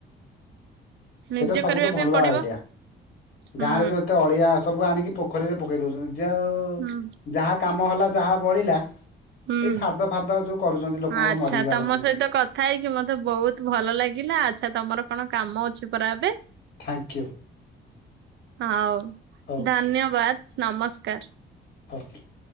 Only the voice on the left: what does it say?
ସେଇଟା
ସବୁଠୁ
ଭଲ
ଆଇଡିଆ
ଗାଁ ରେ ଯୋଉ ଏତେ ଅଳିଆ ସବୁ ଆଣିକି ପୋଖରୀରେ ପକେଇ ଦଉସନ୍ତି ଯୋଉ
ଯାହା କାମ ହେଲା ଯାହା ବଳିଲା।
ଏଇ ସାଦ ଫାଦ ଯୋଉ କରୁଚନ୍ତି ଲୋକଙ୍କର
ମରିବା
ଲୋକଙ୍କର।
Thank you.
ଓକେ
ହୋକେ।